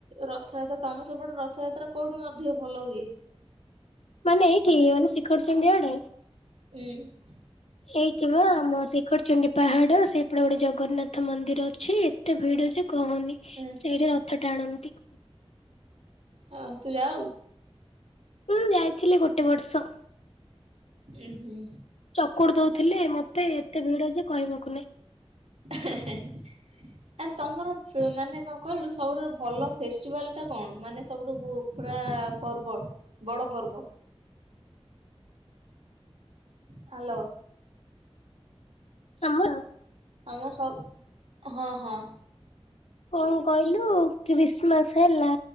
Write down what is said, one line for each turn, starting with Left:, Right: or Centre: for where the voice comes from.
Right: ରଥଯାତ୍ରା ତମ ସପଟେ ରଥଯାତ୍ରା କୋଉଠି ମଧ୍ୟ ଭଲ ହୁଏ?
Left: ମାନେ ଏଇଠି ମାନେ ଶିଖରଚଣ୍ଡିଡି ଆଡେ?
Right: ହୁଁ।
Left: ହେଇଥିବ ଆମ ଶିଖରଚଣ୍ଡୀ ପାହାଡ ସେପଟେ ଗୋଟେ ଜଗନ୍ନାଥ ମନ୍ଦିର ଅଛି ଏତେ ଭିଡ ଯେ କହନି
Right: ଉଁ
Left: ସେଇଠି ରଥ ଟାଣନ୍ତି।
Right: ହଁ ତୁ ଯାଉ?
Left: ମୁଁ ଯାଇଥିଲି ଗୋଟେ ବର୍ଷ।
Right: ହୁଁ।
Left: ଚକୁଡି ଦଉଥିଲେ ମତେ ଏତେ ଭିଡ ଯେ କହିବାକୁ ନାଇଁ?
Right: ହେଁ ଆରେ ତମର ମାନେ କଣ କହିଲୁ ସବୁଠୁ ଭଲ ଫେଷ୍ଟିଭାଲଟା କଣ ମାନେ ସବୁଠୁ ପୁରା ପର୍ବ ବଡ଼ ପର୍ବ। ହ୍ୟାଲୋ।
Left: ହଁ।
Right: ଆମ ସବ ହଁ ହଁ।
Left: କଣ କହିଲୁ ଖ୍ରୀଷ୍ଟମାସ ହେଲା।